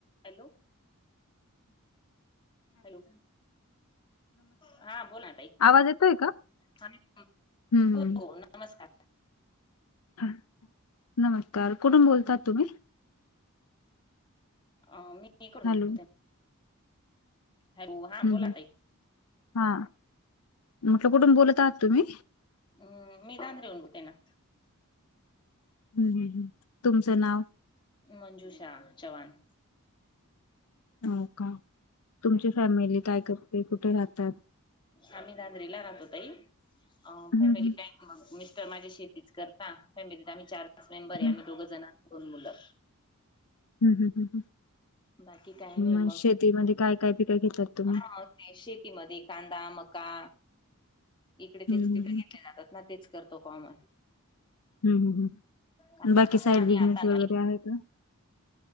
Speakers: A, on the left (about 20°); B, on the left (about 80°).
A: हॅलो हॅलो हा बोला ताई.
B: आवाज येतोय का?
A: हा
B: हम्म
A: हो
B: हम्म.
A: नमस्कार.
B: ह नमस्कार कुठून बोलतात तुम्ही.
A: अ मी इकडून बोलते
B: हॅलो
A: हॅलो. हा
B: हम्म
A: बोला
B: हम्म.
A: ताई.
B: हा. म्हटलं कुठून बोलत आहात तुम्ही?
A: हम्म. मी नांद्रेहून बोलतेना.
B: हम तुमचं नाव?
A: मंजूषा चवान.
B: हो का. तुमची फॅमिली काय करते? कुठे राहतात?
A: आम्ही दांद्रेला राहतो ताई. अ
B: हम्म
A: फॅमिली
B: हम्म.
A: काय मग मिस्टर माझी शेतीच करत. फॅमिलीत आम्ही चारच मेंबर आहे.
B: हम्म.
A: आम्ही दोघ जण, दोन मुलं.
B: हम्म हम् हम् ह
A: बाकी काही नाही
B: मग शेतीमध्ये काय काय पिक घेतात तुम्ही?
A: हा शेतीमध्ये कांदा, मका इकडे
B: हम्म
A: तेच
B: हम्म
A: पिक
B: हम्म.
A: घेतले जातात ना. तेच करतो काम.
B: हम हम
A: कांदा
B: हम बाकी
A: मका
B: साईड
A: आणि
B: बिझनेस
A: आता
B: वगैरे
A: नाही
B: आहे का?